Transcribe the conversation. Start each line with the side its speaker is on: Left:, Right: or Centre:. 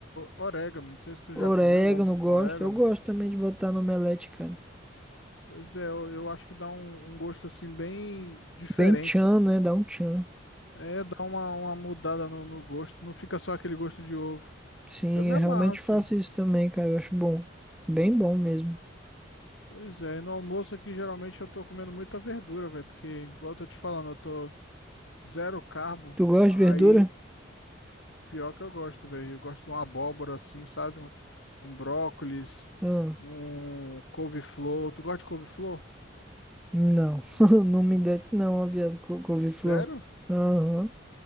Left: orégano. Não sei se tu
Centre: Orégano,
Left: já comeu ovo com
Centre: gosto.
Left: orégano.
Centre: Eu gosto também de botar no omelete, cara.
Left: Pois é, eu, eu acho que dá um, um gosto assim bem diferente,
Centre: Bem tchan,
Left: sabe?
Centre: né? Dá um tchan.
Left: É, dá uma, uma mudada no, no gosto. Não fica só aquele gosto de ovo.
Centre: Sim,
Left: Eu me amarro
Centre: eu realmente
Left: assim.
Centre: faço isso também, cara. Eu acho bom. Bem bom mesmo.
Left: Pois é, e no almoço aqui geralmente eu tô comendo muita verdura, velho, porque, igual eu tô te falando, eu tô zero carbo.
Centre: Tu gosta
Left: Aí
Centre: de verdura?
Left: Pior que eu gosto, velho. Eu gosto de uma abóbora assim, sabe? Um, um brócolis,
Centre: Ah,
Left: um couve-flor. Tu gosta de couve-flor?
Centre: não. <laughs> Não me desce não, ó, viado, co- couve-flor.
Left: Sério?
Centre: Aham.